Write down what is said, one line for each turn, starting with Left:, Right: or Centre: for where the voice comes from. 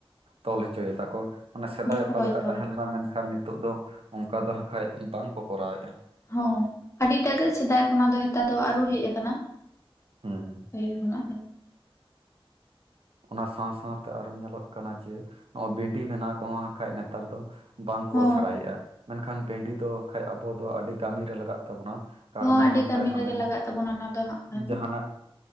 Right: ᱛᱚᱞ ᱦᱚᱪᱚᱭ ᱫᱟᱠᱚ᱾ ᱚᱱᱮ ᱥᱮᱫᱟᱭ ᱚᱠᱟ
Left: ᱦᱳᱭ
Right: ᱞᱮᱠᱟ
Left: ᱦᱳᱭ
Right: ᱛᱟᱦᱮᱸ ᱞᱮᱱᱟ ᱢᱮᱱᱠᱷᱟᱱ ᱱᱤᱛᱚᱜ ᱫᱚ ᱚᱱᱠᱟ ᱫᱚ ᱦᱟᱸᱜᱠᱷᱟᱡ ᱵᱟᱝ ᱠᱚ ᱠᱚᱨᱟᱣᱮᱫᱼᱟ᱾
Left: ᱦᱚᱸ᱾ ᱟᱹᱰᱤ ᱴᱟ ᱜᱮ ᱥᱮᱫᱟᱭ ᱠᱷᱚᱱᱟᱜ ᱫᱚ ᱦᱮᱛᱟᱨ ᱫᱚ ᱟᱨᱩ ᱦᱮᱡ ᱟᱠ ᱠᱟᱱᱟ
Right: ᱦᱮᱸ
Left: ᱯᱟᱹᱦᱤᱞ ᱠᱷᱚᱱᱟᱜ ᱫᱚ᱾
Right: ᱚᱱᱟ ᱥᱟᱶ ᱥᱟᱶᱛᱮ ᱟᱨᱚ ᱧᱮᱞᱚᱜ ᱠᱟᱱᱟ ᱡᱮ ᱱᱚᱣᱟ ᱵᱷᱤᱱᱰᱤ ᱵᱮᱱᱟᱣ ᱠᱚᱦᱚᱸ ᱦᱟᱸᱠᱷᱟᱡ ᱱᱮᱛᱟᱨ ᱫᱚ ᱵᱟᱝᱠᱚ
Left: ᱦᱚᱸ
Right: ᱥᱮᱬᱟᱭᱮᱫ-ᱟ, ᱢᱮᱱᱠᱷᱟᱱ ᱵᱮᱸᱰᱤ ᱫᱚ ᱦᱥᱜᱠᱟᱡ ᱟᱵᱚ ᱫᱚ ᱟᱹᱰᱤ ᱠᱟᱹᱢᱤᱨᱮ ᱞᱟᱜᱟᱜ ᱛᱟᱵᱚᱱᱟ᱾ ᱠᱟᱨᱚᱱ
Left: ᱦᱚᱸ
Right: ᱫᱚ
Left: ᱟᱹᱰᱤ
Right: ᱦᱟᱸᱠᱷᱷᱟᱡ
Left: ᱠᱟᱹᱢᱤ ᱨᱮᱜᱮ
Right: ᱚᱱᱮ
Left: ᱞᱟᱜᱟᱜ ᱛᱟᱵᱚᱱᱟ ᱚᱱᱟ ᱫᱚ ᱦᱟᱸᱜ ᱠᱷᱟᱱ
Right: ᱡᱟᱦᱟᱱᱟᱜ